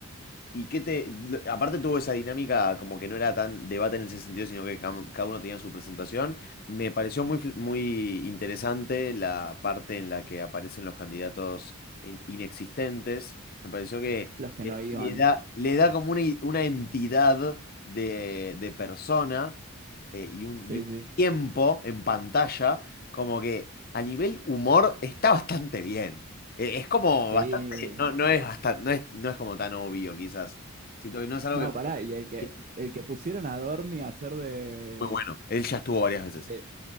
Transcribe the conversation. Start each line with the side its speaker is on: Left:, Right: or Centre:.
Left: ¿Y qué te...? Aparte tuvo esa dinámica como que no era tan debate en ese sentido, sino que cam- cada uno tenía su presentación. Me pareció muy, fl- muy interesante la parte en la que aparecen los candidatos in- inexistentes. Me pareció que
Right: Los que
Left: le
Right: no iban.
Left: le da, le da como una, i- una entidad de, de persona eh, y un,
Right: Sí,
Left: y un
Right: sí.
Left: tiempo en pantalla, como que a nivel humor está bastante bien. Eh, Es como
Right: Sí.
Left: que no, no es hasta, no es, no es como tan obvio, quizás. Siento que no es algo
Right: No,
Left: que
Right: pará, y el que,
Left: es
Right: el que pusieron a Dorni a hacer de,
Left: muy bueno. Él ya estuvo varias veces.
Right: de-